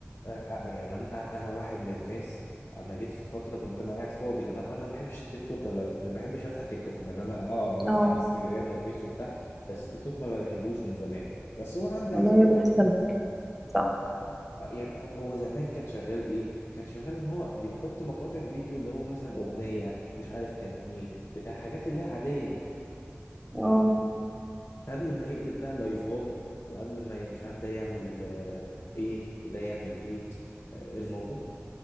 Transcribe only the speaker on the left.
آه، آه، آه، يعني انا آه، انا واحد من الناس انا جيت في فتره كنت انا قاعد فاضي انا انا ما بحبش التيك توك ولا ما بحبش افتح تيك توك يعني انا اه انا بفتح
انستجرام وفيس وبتاع بس تيك توك ما ما بحبوش من زمان بس هو عندي
على الموبايل
آه، آه، يعني هو هو زمان كان شغال ايه كان شغال ان هو بيحط مقاطع فيديو اللي هو مثلا اغنيه مش عارف كان ايه بتاع حاجات اللي هي عاديه
تمام قبل ما يقلب بقى لايفات وقبل ما ي- مش عارف ده يعمل آه، ايه وده يعمل ايه آه، الموضوع